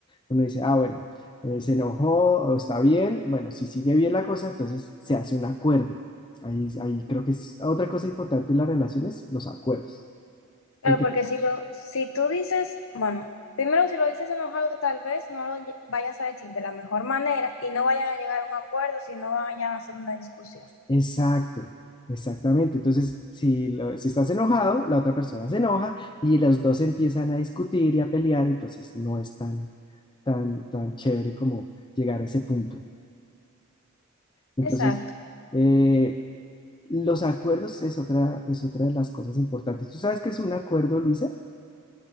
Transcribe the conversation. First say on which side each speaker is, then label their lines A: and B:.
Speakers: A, on the left; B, on the left.
A: Uno dice, ah, bueno, eh, se enojó o está bien. Bueno, si sigue bien la cosa, entonces se hace un acuerdo. Ahí, ahí creo que es otra cosa importante en las relaciones, los acuerdos.
B: Claro,
A: ¿Qué crees?
B: porque si lo, si tú dices, bueno, primero si lo dices enojado, tal vez no lo lle- vayas a decir de la mejor manera y no vayan a llegar a un acuerdo, si no vayan a hacer una discusión.
A: Exacto, exactamente. Entonces, si, lo- si estás enojado, la otra persona se enoja y los dos empiezan a discutir y a pelear, entonces no es tan, tan, tan chévere como llegar a ese punto. Entonces,
B: Exacto.
A: eh, los acuerdos es otra, es otra de las cosas importantes. ¿Tú sabes qué es un acuerdo, Luisa?